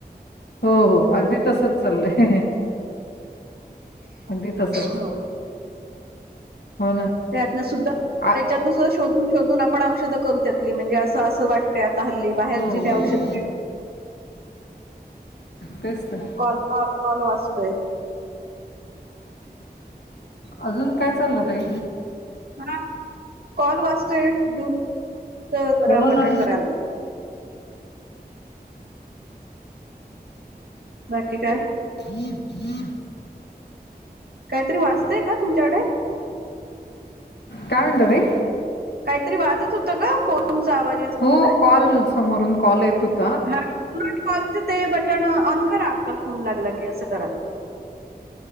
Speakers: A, on the left; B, on the right.
A: हो हो अगदी तसच चाललय अगदी तसच
B: हो
A: हो ना
B: त्यातन सुद्धा
A: आ
B: त्याच्यातनं सुद्धा शोधून शोधून आपण औषधं करू म्हणजे असं असं वाटतय आता हल्ली बाहेरची
A: हो,
B: ते
A: हो,
B: औषध
A: हो. तेच तर.
B: कॉल कॉल कॉल वाचतोय
A: अजून काय चाललं तई
B: हा कॉल वाचतोय डून तर जरा
A: हो
B: बटन
A: ना.
B: करायला पाहिजे बाक्की काय
A: ज जी
B: काहीतरी वाचतय का तुमच्याकडे
A: काय म्हणत मई
B: काहीतरी वाजत होतं का फोनचा आवाज येत होता
A: हो
B: का
A: कॉल समोरून कॉल येत होता
B: नॉट कॉलचे ते बटन ऑन करा आपला फोन लागला की असं करा